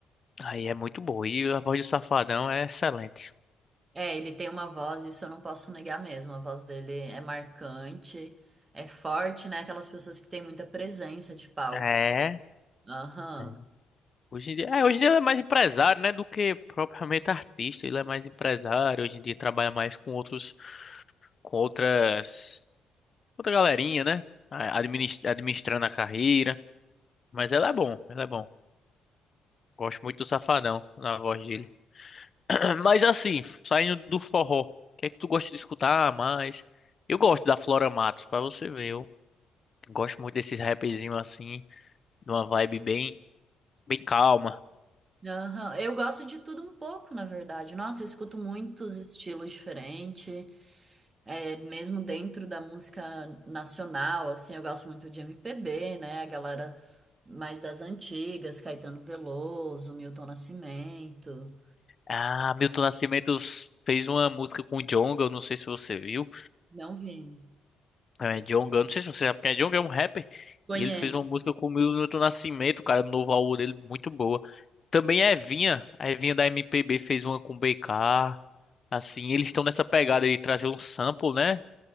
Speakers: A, on the left; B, on the right.
A: Aí é muito boa. E a voz do Safadão é excelente.
B: É, ele tem uma voz, isso eu não posso negar mesmo. A voz dele é marcante, é forte, né? Aquelas pessoas que têm muita presença de palco.
A: É.
B: assim. Aham.
A: é. Hoje em dia, é, hoje em dia ele é mais empresário, né, do que propriamente artista. Ele é mais empresário, hoje em dia trabalha mais com outros, com outras, outra galerinha, né, a- adminis- administrando a carreira. Mas ela é bom, ela é bom. Gosto muito do Safadão na voz dele. <clears throat> Mas assim, saindo do forró, o que é que tu gosta de escutar mais? Eu gosto da Flora Matos, pra você ver. Eu gosto muito desses rapzinhos assim, numa vibe bem, bem calma.
B: Aham. Eu gosto de tudo um pouco, na verdade. Nossa, eu escuto muitos estilos diferentes, é, mesmo dentro da música nacional, assim, eu gosto muito de MPB, né? A galera mais das antigas, Caetano Veloso, Milton Nascimento.
A: Ah, Milton Nascimento fez uma música com o Djonga, eu não sei se você viu.
B: Não vi.
A: É, Djonga, eu não sei se você sabe quem é Djonga, é um rapper.
B: Conheço.
A: E ele fez uma música com o Milton Nascimento, cara, no novo álbum dele, muito boa. Também a Evinha, a Evinha da MPB fez uma com BK. Assim, eles estão nessa pegada de trazer um sample, né?